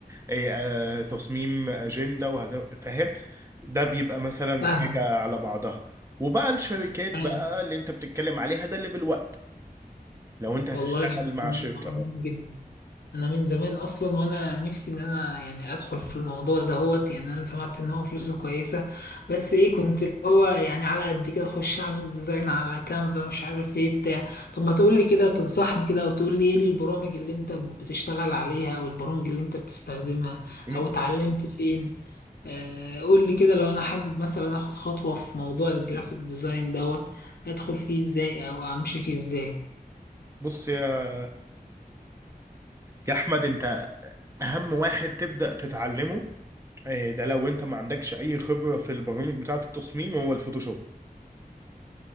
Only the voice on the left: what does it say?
فاهم
فاهم
والله
العظيم
عظيم
جدا انا من زمان اصلا وانا نفسي ان انا يعني ادخل في الموضوع ده هوت يعني انا سمعت ان هو فلوسه كويسه بس ايه كنت اللي هو يعني على قد كده اخش اعمل ديزاين على كانفا مش عارف ايه بتاع طب ما تقول لي كده تنصحني كده وتقول لي ايه البرامج اللي انت بتشتغل عليها والبرامج اللي انت بتستخدمها
او اتعلمت فين آه قول لي كده لو انا حابب مثلا اخد خطوه في موضوع الجرافيك ديزاين دوت ادخل فيه ازاي او امشي فيه ازاي